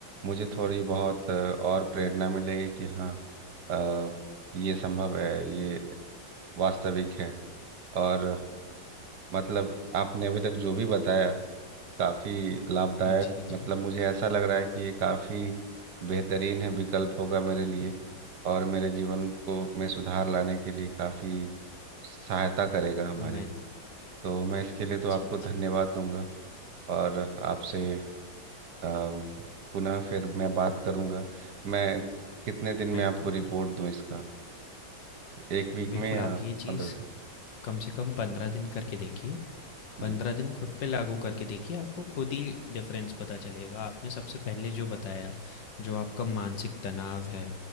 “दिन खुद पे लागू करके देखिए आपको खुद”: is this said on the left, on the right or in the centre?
Left